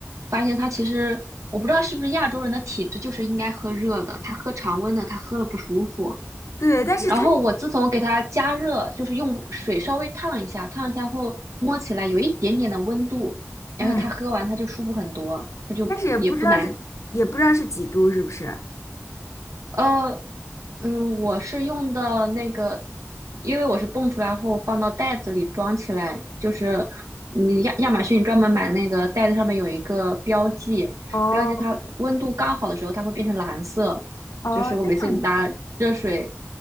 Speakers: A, on the right; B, on the left.
A: 发现他其实我不知道是不是亚洲人的体质就是应该喝热的，他喝常温的，他喝了不舒服。
B: 对，但是她
A: 然后我自从给他加热，就是用水稍微烫一下，烫一下后摸起来有一点点的温度，然后他喝完他就舒服很多，
B: 嗯，嗯
A: 他就也不难，
B: 但是也不知道是也不知道是几度是不是？
A: 呃，嗯，我是用的那个，因为我是蹦出来后放到袋子里装起来，就是嗯亚亚马逊专门买那个袋子上面有一个标记，
B: 哦
A: 标记它温度刚好的时候它会变成蓝色，
B: 哦，
A: 就是我每次拿热水
B: 这样的，